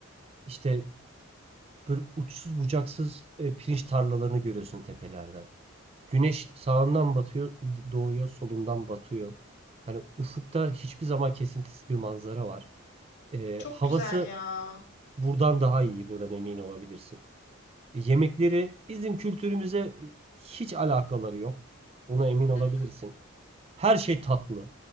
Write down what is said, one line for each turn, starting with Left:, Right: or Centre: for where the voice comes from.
Right: İşte böyle uçsuz bucaksız e, pirinç tarlalarını görüyorsun tepelerden. Güneş sağından batıyor, doğuyor, solundan batıyor. Hani ufukta hiçbir zaman kesintisiz bir manzara var. Ee,
Left: Çok
Right: havası
Left: güzel ya.
Right: buradan daha iyi, buradan emin olabilirsin. Yemekleri bizim kültürümüze hiç alakaları yok. Ona emin olabilirsin.
Left: Hı hı.
Right: Her şey tatlı.